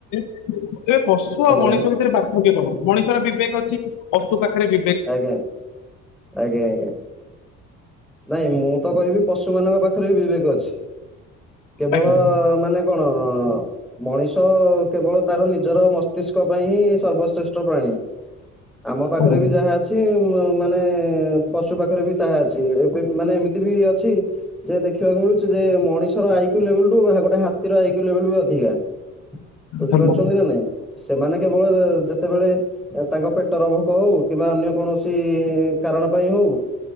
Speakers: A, on the left; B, in the centre.
A: ଏବେ ପଶୁ ଆଉ
B: ଆଜ୍ଞା
A: ମଣିଷ ଭିତରେ ପାର୍ଥକ୍ୟ କଣ ମଣିଷର ବିବେକ ଅଛି ପଶୁ ପାଖରେ ବି
B: ଆଜ୍ଞା ଆଜ୍ଞା ଆଜ୍ଞା। ନାଇଁ ମୁଁ ତ କହିବି ପଶୁ ମାନଙ୍କ ପାଖରେ ବି ବିବେକ ଅଛି କେବଳ
A: ଆଜ୍ଞା
B: ମାନେ କଣ? ମଣିଷ କେବଳ ତାର ନିଜର ମସ୍ତିଷ୍କ ପାଇଁ ହିଁ ସର୍ବଶ୍ରେଷ୍ଠ ପ୍ରାଣୀ। ଆମ ପାଖରେ
A: ଆଜ୍ଞା
B: ବି ଯାହା ଅଛି ମାନେ ପଶୁ ପାଖରେ ବି ତାହା ଅଛି। ଏବେ ମାନେ ଏମିତି ବି ଅଛି। ଯେ ଦେଖିବାକୁ ମିଳୁଛି ଯେ ମଣିଷର ଆଇ କ୍ୟୁ ଲେଭେଲ୍ ଠୁ ଗୋଟେ ହାତୀର ଆଇ କ୍ୟୁ ଲେଭେଲ୍ ବି ଅଧିକା। ବୁଝିପାରୁଛନ୍ତି
A: ଆଜ୍ଞା
B: ନା ନାଇଁ ସେମାନେ କେବଳ ଯେତେବେଳେ ତାଙ୍କ ପେଟର ଭୋକ ହଉ କିମ୍ବା ଅନ୍ୟ କୌଣସି କାରଣ ପାଇଁ ହଉ